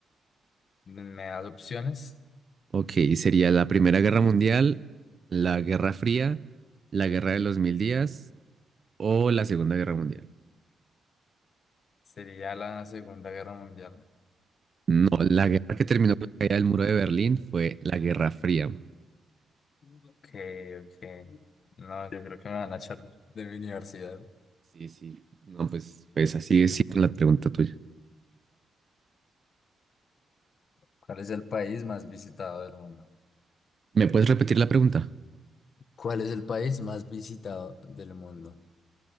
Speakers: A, on the left; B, on the right.
A: me das opciones.
B: Ok, sería la Primera Guerra Mundial, la Guerra Fría, la Guerra de los Mil Días o la Segunda Guerra Mundial.
A: Sería la Segunda Guerra Mundial.
B: No, la guerra que terminó con la caída del muro de Berlín fue la Guerra Fría.
A: Ok, ok. No, yo creo que me van a echar de mi universidad.
B: Sí, sí. No, pues, pues así es sí, con la pregunta tuya.
A: ¿Cuál es el país más visitado del mundo?
B: ¿Me puedes repetir la pregunta?
A: ¿Cuál es el país más visitado del mundo?